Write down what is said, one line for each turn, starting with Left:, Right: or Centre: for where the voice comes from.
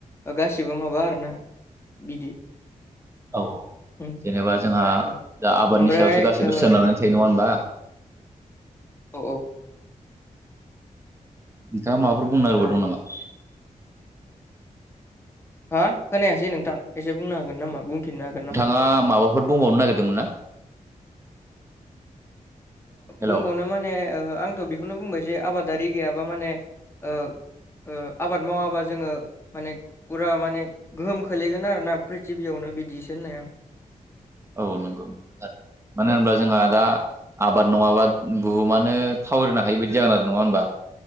Left: ओ गासिबो माबा आरोना बिदि
Right: औ
Left: उम
Right: जेनेबा जोंहा
Left: औ
Right: दा आबादनि
Left: ओमफ्राय
Right: सायावसो गासैबो
Left: ओ
Right: सोनारनानै थायो नङा होनबा?
Left: औ औ
Right: नोंथाङा माबाफोर बुंनो नागिरबावदोंमोन
Left: औ
Right: नामा?
Left: होा खोनायासै नोंथां एसे बुंनो हागोन नामा बुंफिननो हागोन नामा?
Right: थाङा माबा फोर बुंबावनो नागिरदोंमोन ना? हेलौ
Left: बुंबावनो माने आंथ' बेखौनो बुंबाय जे आबादारि गैयाबा माने ओ ओ आबाद मावाबा जोङो माने फुरा माने गोहोम खोलैगोन आरोना प्रिथिबियावनो बिदिसो होननाया
Right: औ नंगौ नंगौथार मानो
Left: औ
Right: होनब्ला जोंहा दा आबाद नङाबा बुहुमानो थावरिनो हायोि बायदि जागोन आरो नङा होमबा?